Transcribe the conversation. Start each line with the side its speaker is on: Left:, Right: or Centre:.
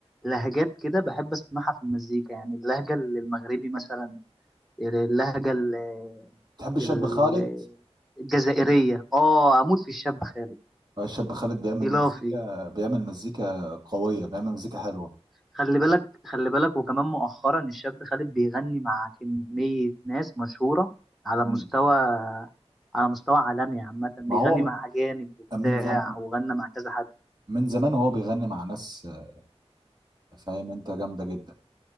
Centre: لهجات كده بحب اسمعها في المزيكا يعني اللهجه المغربي مثلا اللهجه ال-
Right: تحب الشاب خالد
Centre: الجزائرية اه اموت في الشاب خالد
Right: آه، الشاب خالد بيعمل
Centre: اختلافي
Right: مزيكا بيعمل مزيكا قوية بيعمل مزيكا حلوة
Centre: خلي بالك خلي بالك وكمان مؤخرا الشاب خالد بيغني مع كمية ناس مشهورة على
Right: مم.
Centre: مستوى على مستوى عالمي عامة بيغني
Right: ما هو م-
Centre: مع أجانب وبتاع
Right: من زم...
Centre: وغنى مع كذا حد
Right: من زمان وهو بيغني مع ناس آه، فاهم انت جامدة جدا